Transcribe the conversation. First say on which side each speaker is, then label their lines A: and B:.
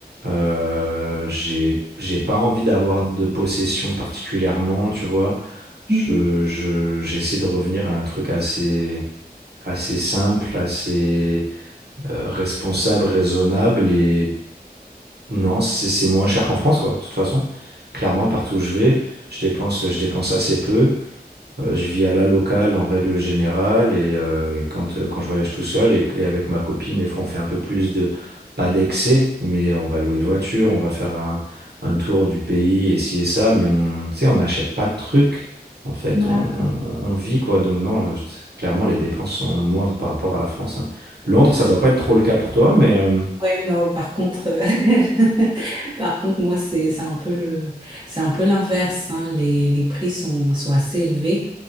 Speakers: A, on the right (about 85°); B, on the right (about 30°).
A: Euh, j'ai, j'ai pas envie d'avoir de possession particulièrement, tu vois. Je,
B: Mhm.
A: je, j'essaie de revenir à un truc assez, assez simple, assez, euh, responsable, raisonnable et non, c'est c'est moins cher qu'en France, quoi. De toute façon, clairement, partout où je vais, je dépense, je dépense assez peu. Euh, je vis à la locale en règle générale et, euh, et quand, euh, quand je voyage tout seul et, et avec ma copine, des fois on fait un peu plus de, pas d'excès, mais on va louer une voiture, on va faire un, un tour du pays et ci et ça, mais on, tu sais, on n'achète pas de trucs. En fait,
B: D'accord.
A: on, on- on vit quoi. Donc non, je- clairement les dépenses sont moindres par rapport à la France. hein. Londres,
B: Ah,
A: ça
B: c'est
A: doit pas être
B: bien.
A: trop le cas pour toi, mais... euh,
B: Ouais, non, par contre, euh, <laughs> par contre, moi, c'est, c'est un peu le, c'est un peu l'inverse, hein. Les, les prix sont, sont assez élevés,